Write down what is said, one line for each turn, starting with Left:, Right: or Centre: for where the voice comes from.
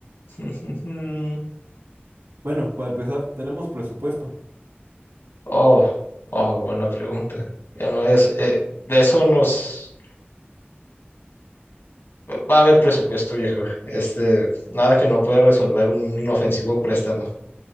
Left: <laughs>
Right: Bueno, para empezar, tenemos presupuesto.
Left: Oh, oh, buena pregunta. Ya no es... eh, de eso nos... Va a haber presupuesto, viejo. Este, nada que no pueda resolver un inofensivo préstamo.